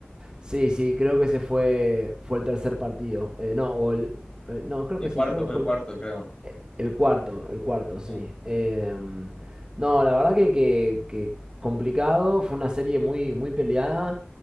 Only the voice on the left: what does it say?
El
cuarto,
fue
el cuarto,
creo.
Sí.